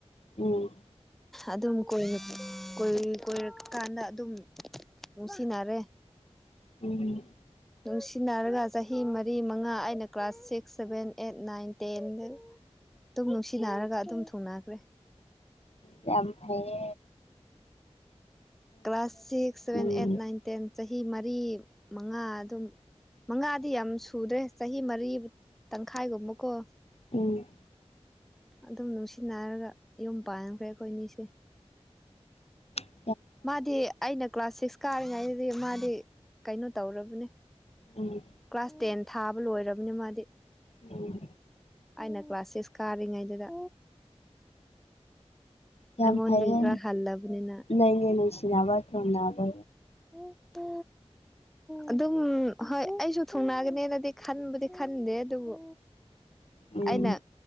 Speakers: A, on the left; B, in the centre.
A: ꯎꯝ ꯎꯝ
B: ꯑꯗꯨꯝ ꯀꯣꯏꯔ ꯀꯣꯏꯔ ꯆ ꯀꯥꯟꯗ ꯑꯗꯨꯝ ꯅꯨꯡꯁꯤꯟꯅꯔꯦ
A: ꯎꯝ
B: ꯅꯨꯡꯁꯤꯅꯔꯒ ꯆꯍꯤ ꯃꯔꯤ ꯃꯉꯥ ꯑꯩꯅ class six seven eight nine ꯇꯦꯟꯗ ꯑꯗꯨꯝ ꯅꯨꯡꯁꯤꯅꯔꯒ ꯑꯗꯨꯝ ꯊꯨꯡꯅꯈ꯭ꯔꯦ
A: ꯎ ꯌꯥꯝ ꯐꯌꯦ
B: class six seven
A: um
B: eight nine ten ꯆꯍꯤ ꯃꯔꯤ ꯃꯉꯥ ꯑꯗꯨꯝ ꯃꯉꯥꯗꯤ ꯌꯥꯝ ꯁꯨꯔꯦ ꯆꯍꯤ ꯃꯔꯤ ꯇꯪꯈꯥꯏꯒꯨꯝꯕꯀꯣ
A: ꯑꯣ <unintelligible>
B: ꯑꯗꯨꯝ ꯅꯨꯡꯁꯤꯅꯔꯒ ꯌꯨꯝ ꯄꯥꯟꯈ꯭ꯔꯦ ꯑꯩꯈꯣꯏ ꯑꯅꯤꯁꯦ
A: ꯎ <unintelligible>
B: ꯃꯥꯗꯤ ꯑꯩꯅ ꯀ꯭ꯂꯥꯁ ꯁꯤꯛꯁ ꯀꯥꯔꯤꯉꯩꯗꯗꯤ ꯃꯥꯗꯤ ꯀꯩꯅꯣ ꯇꯧꯔꯕꯅꯦ
A: ꯎꯝ
B: ꯀ꯭ꯂꯥꯁ ꯇꯦꯟ ꯊꯥꯕ ꯂꯣꯏꯔꯕꯅꯤ ꯃꯥꯗꯤ
A: ꯎꯝ
B: ꯑꯩꯅ ꯀ꯭ꯂꯥꯁ ꯁꯤꯁꯛ ꯀꯥꯔꯤꯉꯩꯗꯨꯗ
A: ꯌꯥꯝ
B: ꯑꯩꯉꯣꯟꯗꯒꯤ
A: ꯐꯩꯌꯦ
B: ꯈꯔ ꯍꯜꯂꯕꯅꯤꯅ
A: ꯅꯅꯦ ꯅꯨꯡꯁꯤꯅꯕ ꯊꯝ ꯑꯗꯨ
B: ꯎꯛꯇ ꯑꯗꯨꯝ ꯍꯣꯏ ꯑꯩꯁꯨ ꯊꯨꯡꯅꯒꯅꯤꯅꯗꯤ ꯈꯟꯕꯨꯗꯤ ꯈꯟꯗꯦ ꯑꯗꯨꯕꯨ
A: ꯎꯝ
B: ꯑꯩꯅ